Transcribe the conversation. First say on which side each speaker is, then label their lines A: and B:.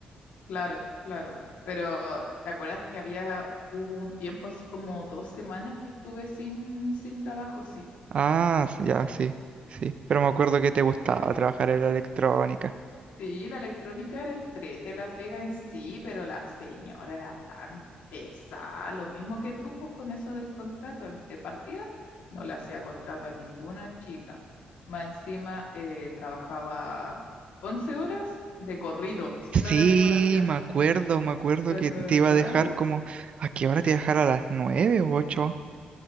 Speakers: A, on the left; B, on the right.
A: Claro, claro. Pero ¿te acuerdas que había, hubo un tiempo así como dos semanas que estuve sin, sin trabajo, sí?
B: Ah, s- ya, sí, sí. Pero me acuerdo que te gustaba trabajar en la electrónica.
A: Sí, la electrónica era entrete, la pega en sí, pero la señora era tan pesada, lo mismo que tú, pues con eso del contrato em- de partida, no le hacía contrato a ninguna chica. Más encima eh, trabajaba 11 horas de corrido, sin
B: Sí,
A: horario de colación.
B: me acuerdo, me acuerdo
A: ¿Te
B: que
A: acordás?
B: te iba a dejar como... ¿A qué hora te iba a dejar a las nueve o ocho?